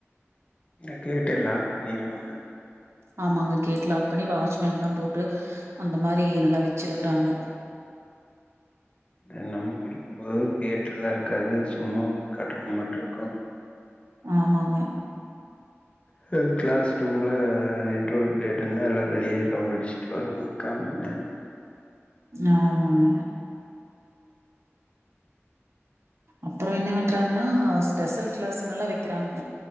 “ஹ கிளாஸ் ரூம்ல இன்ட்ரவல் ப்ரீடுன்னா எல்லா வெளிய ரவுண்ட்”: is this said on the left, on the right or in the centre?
Left